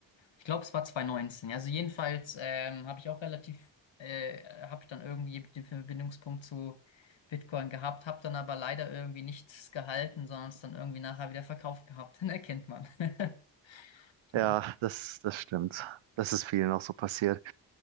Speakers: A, on the left (about 65°); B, on the right (about 70°).
A: Ich glaube, es war 2019. Also jedenfalls ähm, habe ich auch relativ, äh, habe ich dann irgendwie den Verbindungspunkt zu Bitcoin gehabt, habe dann aber leider irgendwie nichts gehalten, sondern es dann irgendwie nachher wieder verkauft gehabt. <laughs> Dann erkennt man. <laughs>
B: Ja,
A: Ja.
B: das, das stimmt. Das ist vielen auch so passiert.